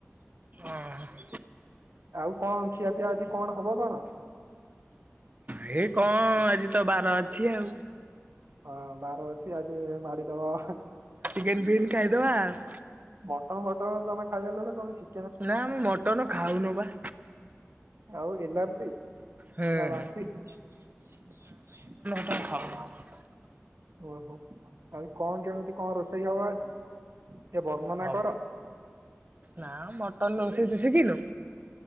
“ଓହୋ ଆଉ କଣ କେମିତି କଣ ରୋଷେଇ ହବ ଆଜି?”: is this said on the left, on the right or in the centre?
Right